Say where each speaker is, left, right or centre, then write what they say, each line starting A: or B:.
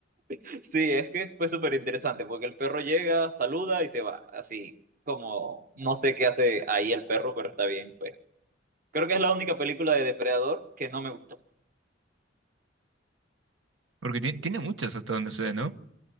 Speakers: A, on the right; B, on the right.
A: <laughs> sí, es que fue súper interesante porque el perro llega, saluda y se va. Así como no sé qué hace ahí el perro, pero está bien, pues. Creo que es la única película de Depredador que no me gustó.
B: Porque ti- tiene muchas hasta donde se ve, ¿no?